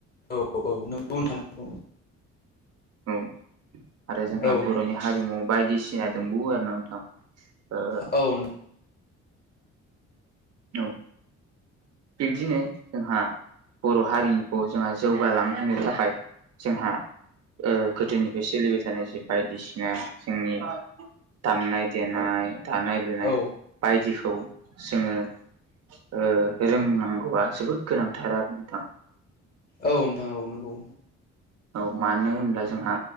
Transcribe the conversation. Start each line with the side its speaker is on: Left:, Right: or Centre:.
Left: औ औ नंगौ नोंथां औ।
Right: औ आरो जोंहा
Left: नोंथां
Right: बर'नि हारिमु बायदिसिना दंबावो आरोना नोंथां। ओ
Left: औ
Right: औ बिब्दिनो जोंहा बर' हारिमुखौ जोंहा जौगालांहोनो थाखाय जोंहा ओ गोदोनिफ्राय सोलिबाय थानाय जे बायदिसिना जोंनि दामनाय देनाय दानाय लुनाय
Left: औ
Right: बायदिखौ जोङो ओ रोंनांगौआ जोबोद गोनांथार आरो नोंथां।
Left: औ नोंथां औ नोंगौ।
Right: औ मानो होनब्ला जोंहा